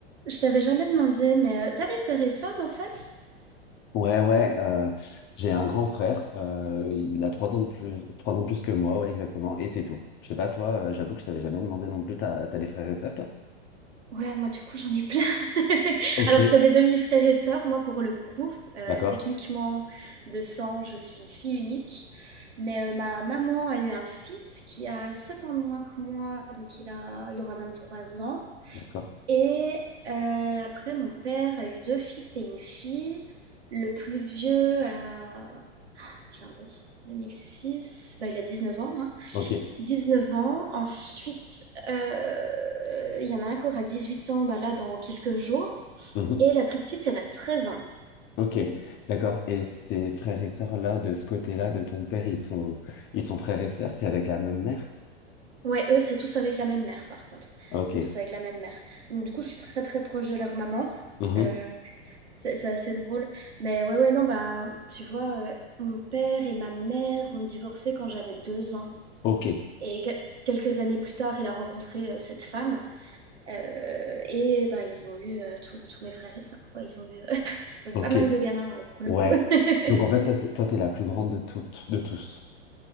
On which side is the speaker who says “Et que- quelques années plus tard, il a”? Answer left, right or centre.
Right